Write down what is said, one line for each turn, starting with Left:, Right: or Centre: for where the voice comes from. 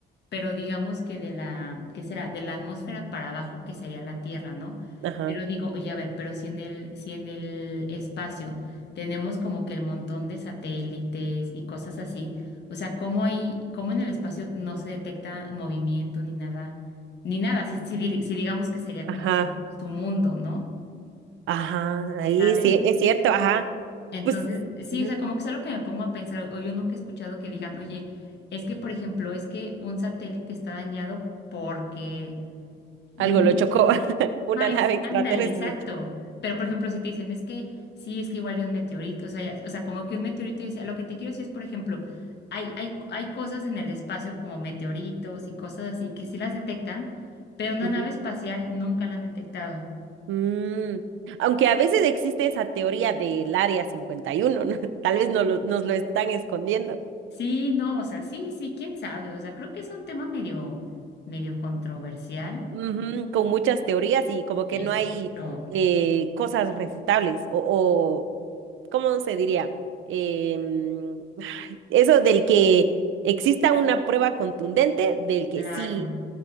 Left: pero digamos que de la, ¿qué será? De la atmósfera para abajo, que sería la Tierra, ¿no?
Right: ajá,
Left: Pero digo, oye, a ver, pero si en el, si en el espacio tenemos como que el montón de satélites y cosas así, o sea, ¿cómo ahí, cómo en el espacio no se detecta movimiento ni nada, ni nada, si, si dir- si digamos que sería
Right: ajá,
Left: como su, su mundo, ¿no?
Right: ajá, ahí
Left: ¿Sabes?
Right: sí, es cierto, ajá,
Left: Entonces,
Right: pues.
Left: sí,
Right: ujú.
Left: o sea, como que es algo que me pongo a pensar, o yo nunca he escuchado que digan, oye, es que, por ejemplo, es que un satélite está dañado porque no,
Right: Algo lo chocó. <laughs> Una
Left: ajá,
Right: nave
Left: es,
Right: extraterrestre
Left: ándale, exacto.
Right: lo chocó.
Left: Pero, por ejemplo, si te dicen, es que sí, es que igual hay un meteorito, o sea, ya- o sea, como que un meteorito, yo decía, lo que te quiero decir es, por ejemplo, hay, hay, hay cosas en el espacio como meteoritos y cosas así que sí las detectan, pero una
Right: Ujú.
Left: nave espacial nunca la han detectado.
Right: Mm. Aunque a veces existe esa teoría del Área 51, ¿no? <laughs> Tal vez no lo- nos lo están escondiendo.
Left: Sí, no, o sea, sí, sí, quién sabe, o sea, creo que es un tema medio, medio controversial.
Right: Ujú, Con muchas teorías y como que
Left: Exacto,
Right: no hay eh, cosas refutables o, o, ¿cómo se diría? Em, <sighs> ay, eso del que exista una prueba contundente del que
Left: claro.
Right: sí